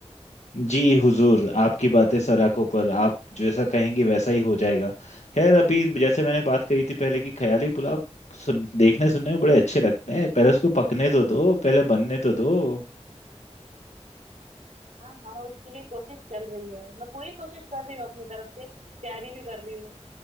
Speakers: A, on the left (about 75°); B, on the right (about 85°).
A: जी हुजूर आपकी बातें सर आंखों पर आप जैसा कहेंगे वैसा ही हो जाएगा खैर अभी जैसे मैंने बात कही थी पहले कि ख्याली पुलाव सुन देखने सुनने में बड़े अच्छे लगते हैं पहले उसको पकने तो दो पहले बनने तो दो
B: हाँ हाँ उसके लिए कोशिश चल रही है मैं पूरी कोशिश कर रही हूँ अपनी तरफ से तैयारी भी कर रही हूँ